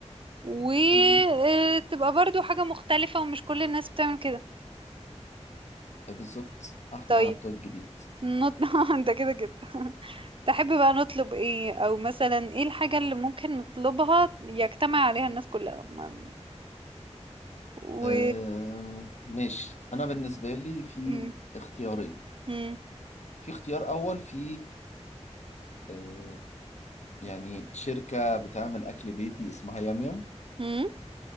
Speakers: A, on the right; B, on the left.
A: وتبقى
B: مم.
A: برضو حاجة مختلفة ومش كل الناس بتعمل كده
B: بالظبط احنا
A: طيب
B: بتوع الجديد
A: نط... <laughs> انت كده كده <laughs> تحب بقى نطلب ايه او مثلا ايه الحاجة اللي ممكن نطلبها يجتمع عليها الناس كلها ما- و
B: آه ماشي انا بالنسبه لي في
A: مم.
B: اختيارين
A: مم.
B: في اختيار اول في آه آه، يعني شركه بتعمل اكل بيتي اسمها يام يام
A: مم.